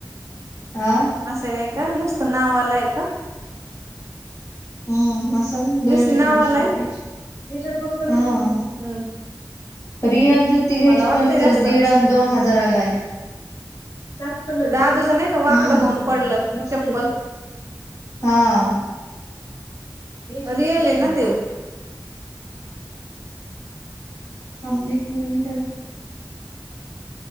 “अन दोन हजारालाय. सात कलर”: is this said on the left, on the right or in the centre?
Left